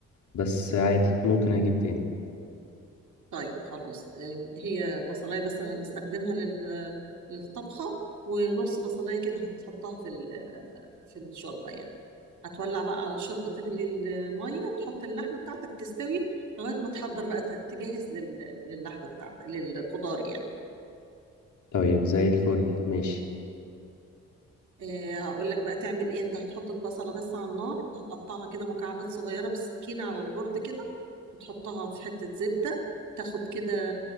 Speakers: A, on the left (about 65°); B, on the right (about 65°).
A: بس عادي ممكن اجيب تاني
B: طيب خلاص آه، هي بصلاية بس اللي هنستخدمها لل... للطبخة ونص بصلاية كده هتحطها في ال... في الشوربة يعني هتولع بقى على الشوربة تغلي المية وتحط اللحمة بتاعتك تستوي لغاية ما تحضر بقى ت- تجهز لل... للحمة بتاعتك للخضار يعني
A: طيب زي الفل ماشي
B: آه، هقول لك بقى تعمل ايه انت هتحط البصله بس على النار هتقطعها كده مكعبات صغيره بالسكينه على البورد كده وتحطها في حته زبده تاخد كده